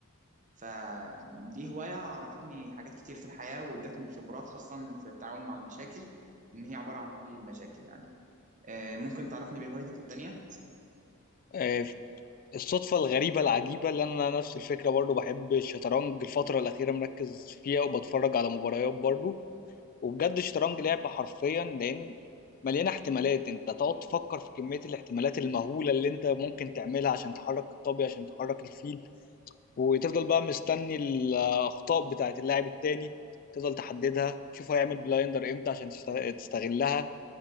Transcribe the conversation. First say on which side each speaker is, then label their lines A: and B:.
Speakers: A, on the right; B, on the left.
A: فدي هوايه عرفتني حاجات كتير في الحياه وادتني خبرات اصلا في التعامل مع المشاكل ان هي عباره عن حل المشاكل يعني آه ممكن تعرفني بهوايتك التانيه
B: آه، الصدفة الغريبة العجيبة اللي انا نفس الفكرة برضو بحب الشطرنج الفترة الأخيرة مركز فيها وبتفرج على مباريات برضو وبجد الشطرنج لعبة حرفيا لأن مليانة احتمالات انت تقعد تفكر في كمية الاحتمالات المهولة اللي انت ممكن تعملها عشان تحرك الطابية عشان تحرك الفيل وتفضل بقى مستني الأخطاء بتاعت اللاعب التاني تفضل تحددها تشوف هيعمل بلايندر امتى عشان تست- تستغلها